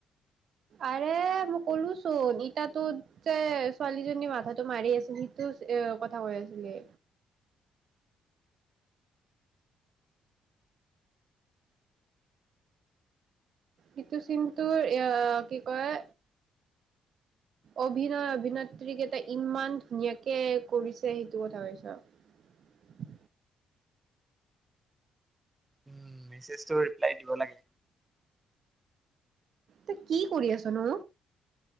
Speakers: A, on the right; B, on the right.
A: আৰে মই কলোচোন ইতাতো যে ছোৱালীজনীৰ মাথাটো মাৰি আছিল সেটো এ কথা কৈ আছিলে সেইতু চিনতোৰ এ কি কয় অভিনয় অভিনেত্ৰী কেইটা ইমান ধুনীয়াকে কৰিছে সেইটো কথা কৈছ আৰু
B: উম মেছেজটো ৰিপ্লাই দিব লাগে
A: তই কি কৰি আছ ন